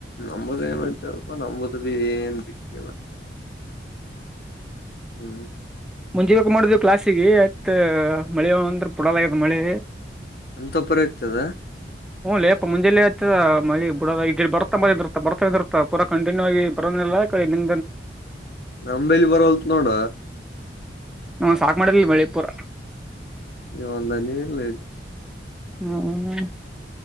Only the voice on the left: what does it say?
ನಮ್ಮದ ಏನುಚರಪ್ಪ ನಮ್ಮದು ಬಿ ಏನ್ ದಿಕ್ಕಿಲ್ಲ ಹ್ಮ್
ಅಂತಾಪರಿ ಐತದ
ನಂಬ್ಲಿ ಬರವಲ್ತ್ ನೋಡ
<unintelligible>